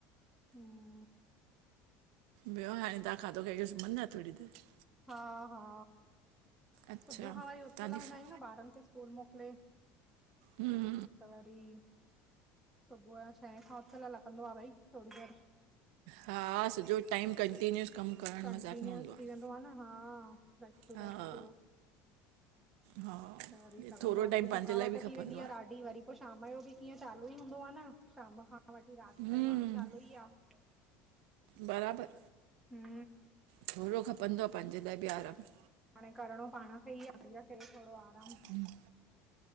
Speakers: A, in the centre; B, on the right.
A: हा
B: ॿियो हाणे तव्हां खाधो खाई करे सुमंदा आहियो थोड़ी देरि,
A: हा हा
B: अच्छा
A: सुबुह खां वरी उथियल
B: तव्हांजी
A: हूंदा
B: फ-
A: आहियूं न ॿारनि खे स्कूल मोकिले?
B: हम
A: त वरी सुबुह या छहें खां उथियल लॻंदो आहे भई थोड़ी देरि
B: हा सॼो टाइम कंटीन्यूअस कमु करणु
A: कंटीन्यूअस
B: मजाक न हूंदो आहे।
A: <unintelligible> हा बैक टू
B: हा
A: बैक पूरो
B: हा
A: त वरी
B: हे
A: लॻंदो
B: थोरो
A: आहे
B: टाइम
A: भई
B: पंहिंजे
A: थकावट
B: लाइ बि खपंदो
A: थी वेंदी आहे ॾाढी वरी पोइ शाम जो बि कीअं चालू ई हूंदो आहे न शाम खां वठी राति
B: हम्म
A: ताईं माण्हू चालू ई आहे।
B: बराबरि
A: हू
B: थोरो खपंदो आहे पंहिंजे लाइ बि आरामु
A: हाणे करिणो पाण खे ई आहे शरीर खे थोड़ो आरामु।
B: हम <inaudible>